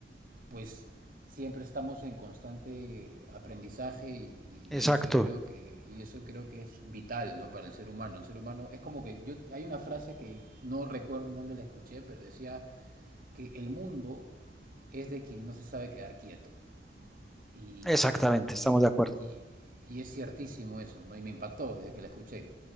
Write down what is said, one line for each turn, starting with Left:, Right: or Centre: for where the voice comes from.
Right: pues siempre estamos en constante aprendizaje y,
Centre: Exacto,
Right: y eso creo que y eso creo que es vital no para el ser humano el ser humano es como que yo hay una frase que no recuerdo dónde la escuché pero decía que el mundo es de quien no se sabe quedar quieto y,
Centre: exactamente,
Right: y,
Centre: estamos de acuerdo.
Right: y, y es ciertísimo eso, ¿no? Y me impactó desde que la escuché,